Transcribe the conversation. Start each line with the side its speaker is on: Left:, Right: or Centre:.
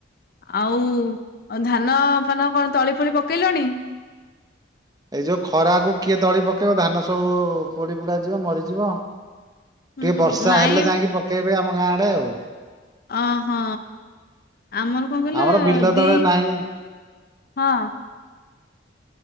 Left: ଆଉ ଧାନ ଫାନ କଣ ତଳି ଫଳି ପକେଇଲଣି?
Right: ଏଇ ଯୋଉ ଖରାକୁ କିଏ ତଳି ପକେଇବ ଧାନ ସବୁ ପୋଡି ପୋଡା ଯିବ ମରିଯିବ।
Left: ହୁଁ
Right: ଟିକେ ବର୍ଷା
Left: ନାଇଁ
Right: ହେଲେ ଯାଇକି ପକେଇବେ ଆମ ଗାଁ ଆଡେ ଆଉ।
Left: ଅ ହଁ ଆମର କଣ କହିଲ
Right: ଆମର ବିଲ ତଳେ
Left: ଦି
Right: ନାହିଁ
Left: ହଁ